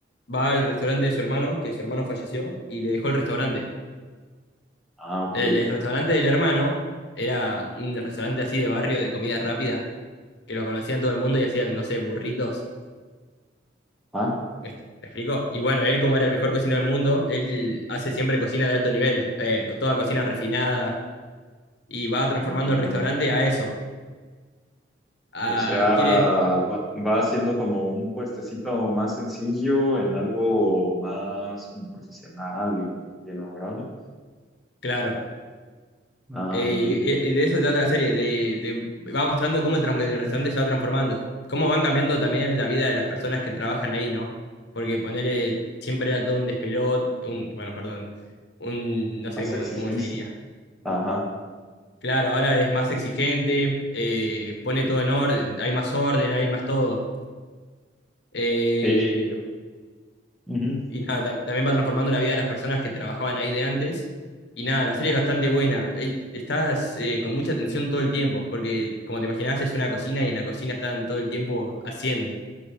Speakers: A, on the left (about 65°); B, in the centre.
A: va al restaurante de su hermano, que su hermano falleció, y le dejó el restaurante.
B: Ah, ok.
A: El, el restaurante del hermano era un restaurante así de barrio de comida rápida, que lo conocían todo el mundo y hacían, no sé, burritos
B: Ah,
A: ¿Me ex- me explico? Y bueno, él como era el mejor cocinero del mundo, él hace siempre cocina de alto nivel, eh, con toda cocina refinada, y va transformando
B: ah,
A: el restaurante a eso. a-
B: O sea,
A: quiere,
B: va, va haciendo como un puestecito más sencillo en algo más como profesional y, y elaborado.
A: claro,
B: Ah,
A: eh,
B: ok.
A: y, y de eso se trata la serie, de, de- va mostrando cómo el, tran- el restaurante se va transformando, cómo van cambiando también la vida de las personas que trabajan ahí, ¿no? Porque ponerle siempre era todo un despelot, un, bueno, perdón, un, no sé
B: Más
A: cómo,
B: exigencia.
A: cómo se diría.
B: Ajá.
A: Claro, ahora es más exigente, eh, pone todo en orden, hay más orden, hay más todo. Eh,
B: Sí. Ujú.
A: y nada, tam- también va transformando la vida de las personas que trabajaban ahí de antes. Y nada, la serie es bastante buena. Eh, Estás eh, con mucha atención todo el tiempo, porque como te imaginás, es una cocina y en la cocina están todo el tiempo a 100.